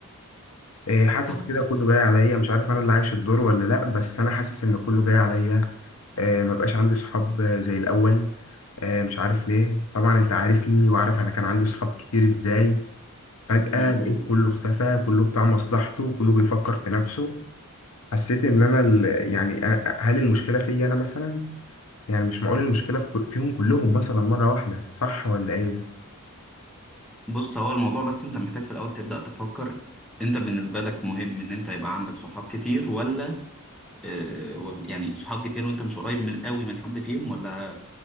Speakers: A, on the left; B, in the centre.
A: إيه، حاسس
B: طب
A: كده كله جاي عليا مش عارف انا اللي عايش الدور ولا لا بس انا حاسس ان كله جاي عليا آه، ما بقاش عندي صحاب آه، زي الاول آه، مش عارف ليه طبعا انت عارفني وعارف انا كان عندي صحاب كتير ازاي فجأة
B: امم
A: لقيت كله اختفى كله بتاع مصلحته كله بيفكر في نفسه حسيت ان انا ال- يعني أ- هل المشكلة فيا انا مثلا يعني مش معقول المشكلة في كل- فيهم كلهم مثلا مرة واحدة صح ولا ايه
B: بص هو الموضوع بس انت محتاج في الاول تبدأ تفكر انت بالنسبة لك مهم ان انت يبقى عندك صحاب كتير ولا اه ولا- يعني صحاب كتير وانت مش قريب من قوي من حد فيهم ولا